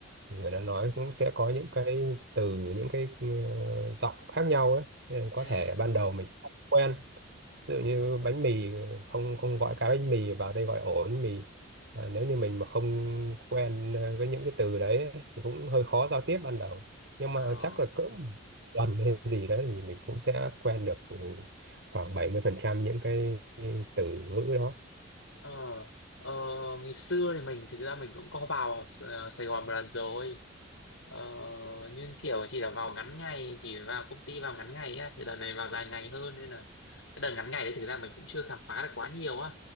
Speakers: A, on the right; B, on the left.
A: thì người ta nói cũng sẽ có những cái từ những cái ờ, giọng khác nhau ấy Nên có
B: ừ.
A: thể ban đầu mình không quen ví dụ như bánh mì không không gọi cá bánh mì vào đây gọi ổ bánh mì và nếu như mình mà không quen ờ, với những cái từ đấy ấy, thì cũng hơi khó giao tiếp ban đầu nhưng
B: ờ.
A: mà chắc là cỡ một tuần hay gì đấy thì mình cũng sẽ quen được khoảng 70% những cái từ ngữ đó
B: Ờ, ờ, ngày xưa thì mình thực ra mình cũng có vào S- Sài Gòn một lần rồi ờ, nhưng kiểu chỉ là vào ngắn ngày chỉ vào công ty vào ngắn ngày á thì lần này vào dài ngày hơn nên là cái đợt ngắn ngày đấy thực ra mình cũng chưa khám phá được quá nhiều á